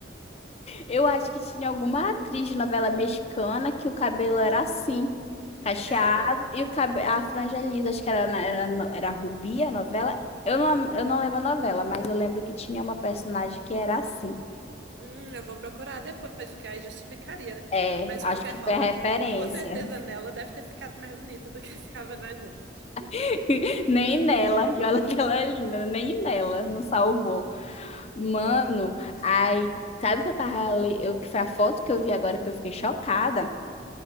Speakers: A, on the left; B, on the right.
A: Eu acho que tinha alguma atriz de novela mexicana que o cabelo era assim, cacheado,
B: Era?
A: e o cabe... a franja lisa. Acho que era, na- era, no- era Rubi a novela. Eu não, eu não lembro a novela, mas eu lembro que tinha uma personagem que era assim.
B: Hum, eu vou procurar depois, porque aí justificaria, né?
A: É,
B: Mas
A: acho
B: de qualquer
A: que
B: forma,
A: foi a referência.
B: com certeza nela deve ter ficado mais bonita do que <laughs> ficava na gente.
A: <laughs> Nem nela. E olha que ela é linda, né? nem nela, não salvou. Mano, aí, sabe o que eu tava, le- eu, que foi a foto que eu vi agora que eu fiquei chocada,